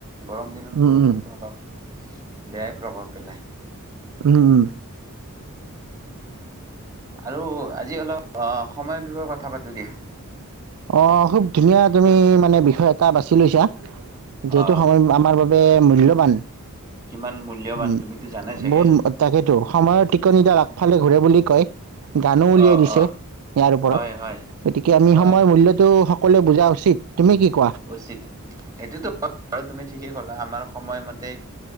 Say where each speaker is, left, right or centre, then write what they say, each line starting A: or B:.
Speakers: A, on the right; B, on the right.
A: গৰম দিনত
B: উম,
A: বৰষুণটো
B: উম,
A: অলপ বেয়াই প্ৰভাৱ পেলাই।
B: উম।
A: আৰু আজি অলপ সময়ৰ বিষয়ে কথা পাতো দিয়া।
B: অ, খুব ধুনীয়া তুমি মানে বিষয় এটা বাছি লৈছা। যিহেতু
A: অ'।
B: সময় আমাৰ বাবে <unintelligible> মূল্যবান
A: কিমান মূল্যৱান
B: উম
A: তুমিতো জানাই চাগে
B: বহুত তাকেইেতো, সময়ৰ টিকনিডাল আগ -ফালে ঘূৰে বুলি কয়, গানো উলিয়াই
A: অ'
B: দিছে
A: অ'
B: ইয়াৰ ওপৰত,
A: হয় হয়
B: গতিকে আমি
A: হয়
B: সময় মূল্যটো সকলোৱে বুজা উচিত। তুমি কি কোৱা
A: উচিত, সেইটোতো <unintelligible> তুমি ঠিকেই কলা, আমাৰ সময়মতে